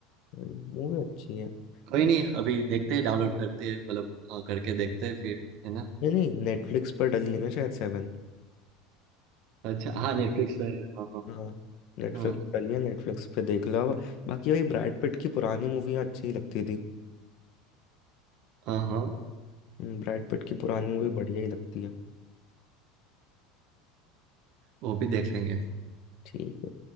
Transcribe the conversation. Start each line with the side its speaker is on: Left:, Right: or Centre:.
Left: भाई मूवी अच्छी है नहीं
Right: कोई नहीं अभी देखते हैं डाउनलोड करते हैं मतलब अ, करके देखते हैं फिर है ना।
Left: नहीं नेटफ्लिक्स पर डली है ना शायद सेवन
Right: अच्छा हाँ नेटफ्लिक्स पे है, हाँ हाँ
Left: हाँ नेटफ्लिक्स
Right: हाँ
Left: पर डली है नेटफ्लिक्स पे देख लो अब बाकी भाई ब्रैड पिट की पुरानी मूवियाँ अच्छी ही लगती थी
Right: हाँ हाँ
Left: हम्म, ब्रैड पिट की पुरानी मूवी बढ़िया ही लगती है
Right: वो भी देख लेंगे
Left: ठीक है